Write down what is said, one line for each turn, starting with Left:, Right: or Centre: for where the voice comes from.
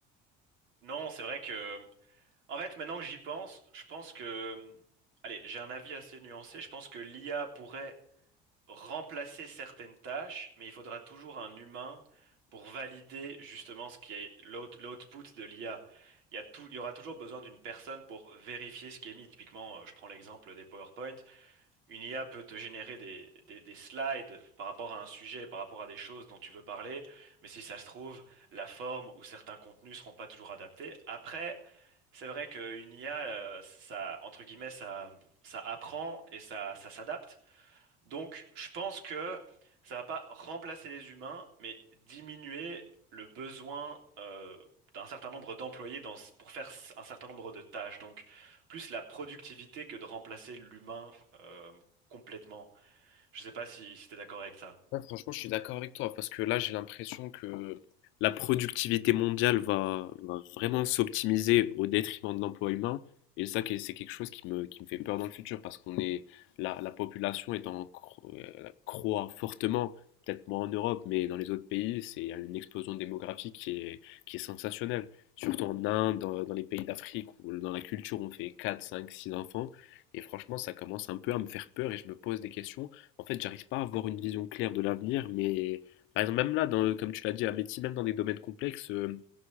Right: Non, c'est vrai que, en fait, maintenant que j'y pense, je pense que, allez, j'ai un avis assez nuancé. Je pense que l'IA pourrait remplacer certaines tâches, mais il faudra toujours un humain pour valider justement ce qui est l'out- l'output de l'IA. Il y a tout- il y aura toujours besoin d'une personne pour vérifier ce qui est mis. Typiquement, euh, je prends l'exemple des PowerPoint. une IA peut te générer des, des, des slides par rapport à un sujet, par rapport à des choses dont tu veux parler, mais si ça se trouve, la forme ou certains contenus seront pas toujours adaptés. Après, c'est vrai qu'une IA, euh, ça, entre guillemets, ça, ça apprend et ça, ça s'adapte. Donc, je pense que ça va pas remplacer les humains, mais diminuer le besoin euh, d'un certain nombre d'employés dans, pour faire s- un certain nombre de tâches. Donc, plus la productivité que de remplacer l'humain euh, complètement. Je sais pas si, si t'es d'accord avec ça.
Left: Ouais, franchement, je suis d'accord avec toi parce que là, j'ai l'impression que la productivité mondiale va, va vraiment s'optimiser au détriment de l'emploi humain. Et ça, que- c'est quelque chose qui me, qui me fait peur dans le futur parce qu'on est, la, la population est en, cro- euh, croît fortement, peut-être moins en Europe, mais dans les autres pays, c'est il y a une explosion démographique qui est, qui est sensationnelle. Surtout en Inde, dans, dans les pays d'Afrique où dans la culture, on fait 4 5 6 enfants. Et franchement, ça commence un peu à me faire peur et je me pose des questions. En fait, j'arrive pas à avoir une vision claire de l'avenir, mais par exemple, même là, dans, comme tu l'as dit, la médecine, même dans des domaines complexes, euh,